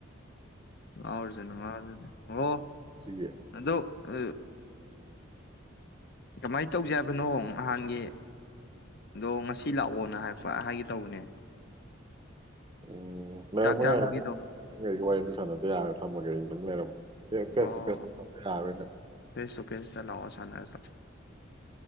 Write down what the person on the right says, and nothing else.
ꯁꯤꯒꯤ
ꯎꯝ ꯂꯩꯔꯝꯃꯣ
ꯌꯥꯔꯦ ꯅꯪ ꯋꯥꯔꯤ ꯁꯥꯟꯗꯦ ꯌꯥꯔꯦ <inaudible> ꯊꯝꯃꯒꯦ ꯑꯩ ꯅꯪ ꯂꯩꯔꯝꯃꯣ ꯐꯦꯁ
ꯇꯨ ꯐꯦꯁ ꯇꯧꯈꯥꯏꯔꯅꯦ